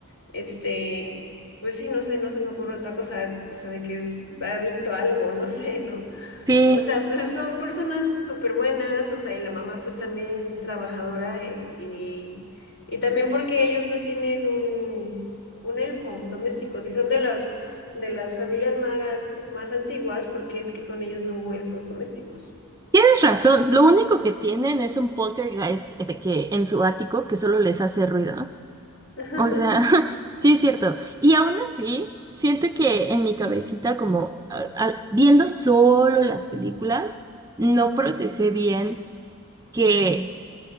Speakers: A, on the left; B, on the right.
A: este, pues sí, no sé, no se me ocurre otra cosa, o sea, de que es adicto a algo, <laughs> no sé, ¿no?
B: sí.
A: O sea, pues son personas súper buenas, o sea, y la mamá pues también trabajadora eh, y, y también porque ellos no tienen un, un elfo doméstico, si son de las, de las familias magas más antiguas, porque es que con ellos no hubo elfos domésticos.
B: Tienes razón, lo único que tienen es un poltergeist de que en su ático que solo les hace ruido.
A: <laughs> Ajá.
B: O sea, <laughs> sí es cierto. Y aún así, siento que en mi cabecita, como a- a- viendo solo las películas, no procesé bien que,